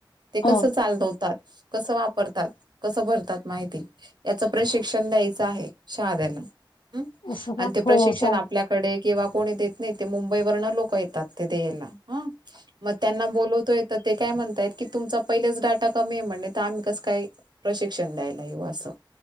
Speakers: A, on the right (about 60°); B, on the left (about 85°).
A: ते कसं
B: हो
A: चालवतात कसं वापरतात कसं भरतात माहिती याच प्रशिक्षण द्यायचं आहे शहाद्याला ह
B: असं
A: आणि
B: का
A: ते प्रशिक्षण
B: हो चालतंय
A: आपल्या कडे किंवा कोणी देत नाही ते मुंबई वरन लोक येतात ते देयाला ह मग त्यांना बोलवतोय. ते काय म्हणतायत की तुमचा पहिलेच डाटा कमी आहे म्हणे तर आम्ही कसं काय प्रशिक्षण द्यायला यु असं.